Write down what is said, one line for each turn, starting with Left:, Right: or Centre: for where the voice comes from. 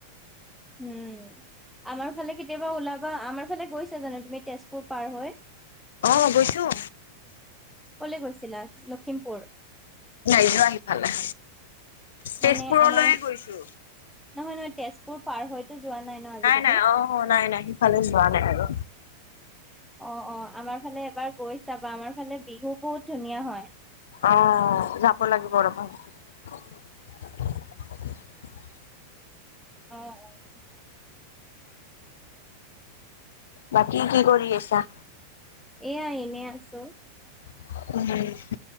Centre: উম। আমাৰ ফালে কেতিয়াবা ওলাবা। আমাৰ ফালে গৈছা জানো তুমি? তেজপুৰ পাৰ হৈ
Left: অ', গৈছোঁ।
Centre: ক'লে গৈছিলা? লখিমপুৰ?
Left: নাই যোৱা সিফালে। তেজপুৰলৈয়ে
Centre: মানে আমাৰ,
Left: গৈছো।
Centre: নহয়, নহয়। তেজপুৰ পাৰ হৈ যোৱা নাই ন আজিলৈকে?
Left: নাই অ', নাই নাই সিফালে যোৱা নাই আৰু।
Centre: অ', অ'। আমাৰ ফালে এবাৰ গৈ চাবা। আমাৰ ফালে বিহু বহুত ধুনীয়া হয়।
Left: অ', যাব <inaudible>
Centre: অ', অ'।
Left: বাকী, কি কৰি আছা?
Centre: এইয়া এনেই আছোঁ।
Left: উম।